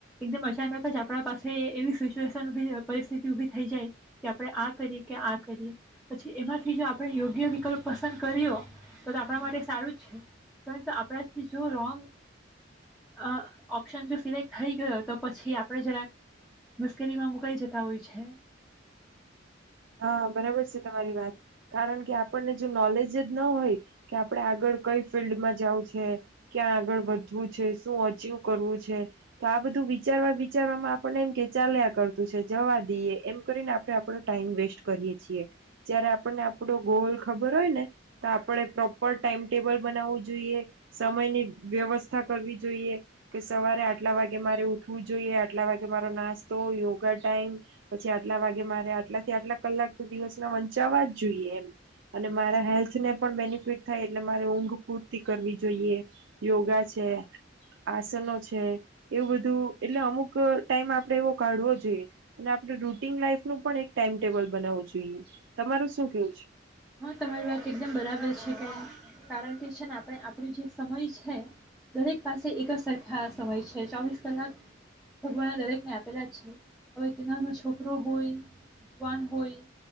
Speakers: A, in the centre; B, on the right.
A: એકદમ અચાનક જ આપણા પાસે એવી સિચ્યુએશન પરિસ્થિતિ ઉભી થઈ જાય કે આપણે આ કરીએ કે આ કરીએ પછી એમાંથી જો આપણે યોગ્ય વિકલ્પ પસંદ કરીયો તો આપણા માટે સારું છે, પરંતુ આપણાથી જો રોંગ અ ઓપ્શન જો સિલેક્ટ થઈ ગયો તો પછી આપણે જરાક મુશ્કેલીમાં મુકાઈ જતા હોય છે.
B: હા બરાબર છે તમારી વાત કારણ કે આપણને જો નોલેજ જ ના હોય કે આપડે આગળ કઈ ફિલ્ડમાં જવું છે, ક્યાં આગળ વધવું છે, શું અચીવ કરવું છે, તો આ બધું વિચારવા વિચારવામાં આપણને એમ કે ચાલ્યા કરતું છે જવા દઈએ એમ કરીને આપણે આપણો ટાઈમ વેસ્ટ સ્ટ કરીએ છીએ. જ્યારે આપણને આપડો ગોલ હોયને તો આપણે પ્રોપર ટાઈમટેબલ બનાવુ જોઈએ, સમયની વ્યવસ્થા કરવી જોઈએ કે સવારે આટલા વાગે મારે ઉઠવું જોઈએ, આટલા વાગે મારો નાસ્તો, યોગા ટાઈમ, પછી આટલા વાગે મારે આટલાથી આટલા કલાક તો દિવસના વંચાવા જ જોઈએ એમ અને મારા હેલ્થને પણ બેનિફિટ થાય એટલે મારે ઊંઘ પૂરતી કરવી જોઈએ. યોગા છે, આસનો છે, એવું બધું એટલે અમુક ટાઈમ આપડે એવો કાઢવો જોઈએ અને આપડ રૂટીન લાઈફ નું પણ એક ટા ટેબલ બનાવુ જોઈએ. તમારું શું કેવું છે?
A: હા તમારી વાત એકદમ બરાબર છે કે કારણ કે છે ને આપણે આપડો જે સમય છે દરેક પાસે એક જ સર ખા સમય છે, ચોવીસ કલાક ભગવાન એ દરેકને આપેલા છે, હવે તે નાનો છોકરો હોય. યુવાન હોય,